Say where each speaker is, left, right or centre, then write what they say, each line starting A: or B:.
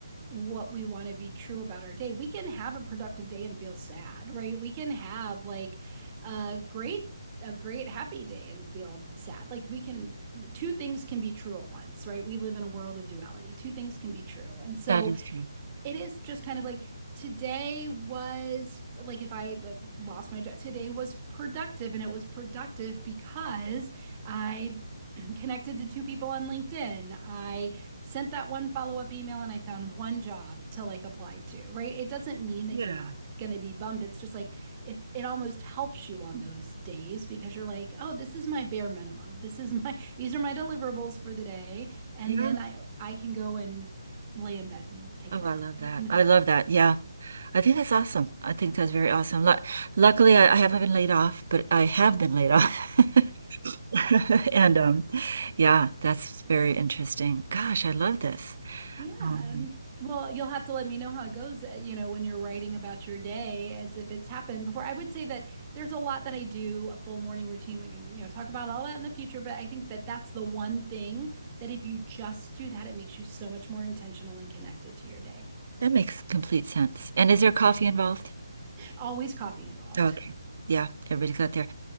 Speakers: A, on the right; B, on the right.
A: what we want to be true about our day. We can have a productive day and feel sad, right? We can have like a great, a great happy day and feel sad. Like we can, two things can be true at once, right? We live in a world of duality. Two things can be true. And so,
B: That is true.
A: it is just kind of like today was like if I uh, lost my job, today was productive, and it was productive because I <clears throat> connected to two people on LinkedIn. I sent that one follow-up email and I found one job to like apply to, right? It doesn't mean that
B: Yeah.
A: you're not going to be bummed. It's just like it it almost helps you on those days because you're like, "Oh, this is my bare minimum. This is my these are my deliverables for the day." And
B: Yeah.
A: then I I can go and lay in bed and take
B: Oh,
A: a nap,
B: I love
A: <laughs> you
B: that.
A: know?
B: I love that. Yeah. I think that's awesome. I think that's very awesome. Lu luckily, I, I haven't been laid off, but I have been laid off. <laughs> <laughs> And um, yeah, that's very interesting. Gosh, I love this.
A: Yeah.
B: Um,
A: Well, you'll have to let me know how it goes, uh, you know, when you're writing about your day as if it's happened before. I would say that there's a lot that I do, a full morning routine. We can, you know, talk about all that in the future, but I think that that's the one thing that if you just do that, it makes you so much more intentional and connected to your day.
B: that makes complete sense. And is there coffee involved?
A: Always coffee involved.
B: Okay. Yeah, everybody's got there.